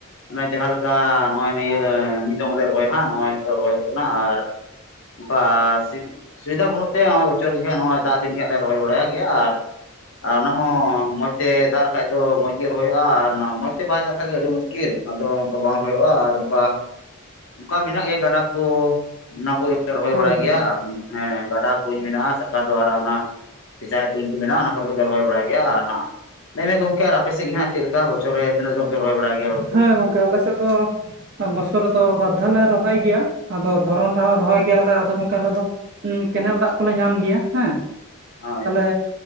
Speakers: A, on the left (about 60°); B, on the right (about 50°).
A: ᱚᱱᱮ ᱡᱟᱸᱦᱟ ᱞᱮᱠᱟ ᱱᱚᱜᱼᱚᱸᱭ ᱱᱤᱭᱟᱹ ᱢᱤᱜ ᱫᱚᱢ ᱞᱮ ᱨᱚᱦᱚᱭᱟ ᱦᱟᱸᱜ ᱱᱚᱜᱼᱚᱭ ᱛᱚᱜ ᱨᱚᱦᱚᱭᱚᱜ ᱠᱟᱱᱟ ᱟᱨ ᱵᱟᱥᱤᱵ ᱥᱩᱭᱤᱫᱟ ᱵᱩᱱᱩᱜ ᱛᱮ ᱶᱚᱜᱼᱚᱭ ᱵᱚᱪᱷᱚᱨ ᱜᱮ ᱦᱟᱸᱜ ᱱᱚᱜᱼᱚᱭ ᱫᱟᱜ ᱫᱤᱱ ᱜᱮ ᱦᱟᱸᱜ ᱞᱮ ᱨᱚᱦᱚᱭ ᱵᱟᱲᱟᱭᱟ ᱜᱮᱭᱟ ᱟᱨ ᱟᱨ ᱚᱱᱟ ᱦᱚᱸ ᱢᱚᱡᱽ ᱛᱮ ᱫᱟᱨ ᱠᱷᱟᱡ ᱫᱚ ᱢᱚᱡ ᱜᱮ ᱨᱚᱦᱚᱭᱚᱜᱼᱟ ᱟᱨ ᱢᱚᱡ ᱛᱮ ᱵᱟᱭ ᱫᱟᱜ ᱠᱷᱟᱡ ᱜᱮ ᱟᱰᱤ ᱢᱩᱥ ᱠᱮᱹᱞ ᱟᱫᱽᱨᱚ ᱚᱝᱠᱟ ᱵᱟᱝ ᱨᱚᱦᱚᱭᱚᱜᱼᱟ ᱟᱨ ᱚᱝᱠᱟ ᱠᱟ ᱢᱮᱱᱟᱜ ᱜᱮᱭᱟ ᱜᱟᱰᱟ ᱠᱚ ᱚᱱᱟ ᱠᱚᱜᱮ ᱮ ᱨᱚᱦᱚᱭ
B: ᱦᱳᱭ
A: ᱵᱟᱲᱟᱭ
B: ᱦᱳᱭ
A: ᱜᱮᱭᱟ ᱦᱮᱸ ᱜᱟᱰᱟ, ᱠᱩᱧ ᱢᱮᱱᱟᱜᱼᱟᱸ᱾ ᱥᱟᱨᱠᱟᱨ ᱫᱚ ᱟᱲᱟ ᱚᱱᱟ ᱥᱮᱪᱟᱭ ᱠᱩᱧ ᱠᱚ ᱢᱮᱱᱟᱜᱼᱟᱸ ᱟᱱᱟ ᱚᱨ ᱦᱚᱭ ᱫᱚ ᱨᱚᱦᱚᱭ ᱵᱟᱲᱟᱭ ᱜᱮᱭᱟ ᱟᱨ ᱦᱟᱸᱜ ᱞᱟᱹᱭᱢᱮ ᱜᱚᱝᱠᱮ ᱟᱲ ᱟᱯᱮ ᱥᱮᱡ ᱜᱮ ᱦᱟᱸᱜ ᱪᱮᱞᱠᱟ ᱵᱚᱪᱷᱚ ᱨᱮ ᱛᱤᱱᱟᱹᱜ ᱫᱚᱢ ᱯᱮ ᱨᱚᱦᱚᱭ ᱵᱟᱲᱟᱭ ᱜᱮᱭᱟ? ᱦᱩᱲᱩ ᱠᱚ
B: ᱦᱮᱸ ᱜᱚᱝᱠᱮ, ᱟᱞᱮ ᱥᱮᱫ ᱫᱚ ᱵᱚᱥᱚᱨ ᱨᱚᱫᱚ ᱵᱟᱫᱫᱷᱟᱱ ᱱᱮ ᱨᱚᱦᱚᱭ ᱜᱮᱭᱟ᱾ ᱟᱫᱚ ᱫᱷᱚᱨᱚᱱ ᱨᱮᱦᱚᱸ ᱨᱚᱦᱚᱭ ᱜᱮᱭᱟ ᱞᱮ ᱟᱫᱚ ᱜᱚᱝᱠᱮ ᱟᱞᱮ ᱫᱚ ᱩᱸ ᱠᱮᱱᱮᱞ ᱫᱟᱜ ᱠᱚᱞᱮ ᱧᱟᱢ ᱜᱮᱭᱟ᱾ ᱦᱮᱸᱻ,
A: ᱦᱳᱭ
B: ᱛᱟᱞᱮ